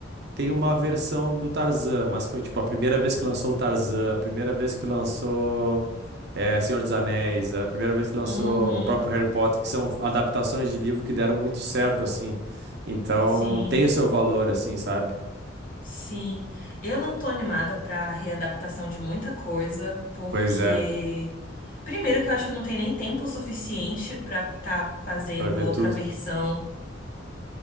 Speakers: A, on the right; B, on the left.
A: tem uma versão do Tarzan, mas foi, tipo, a primeira vez que lançou o Tarzan, a primeira vez que lançou é, Senhor dos Anéis, a primeira vez que lançou
B: uhum,
A: o próprio Harry Potter, que são adaptações de livro que deram muito certo, assim, então
B: sim,
A: tem o seu valor, assim, sabe?
B: sim. Eu não tô animada pra readaptação de muita coisa, porque
A: Pois é,
B: primeiro que eu acho que não tem nem tempo suficiente pra tá fazendo
A: para ver
B: outra
A: tudo.
B: versão.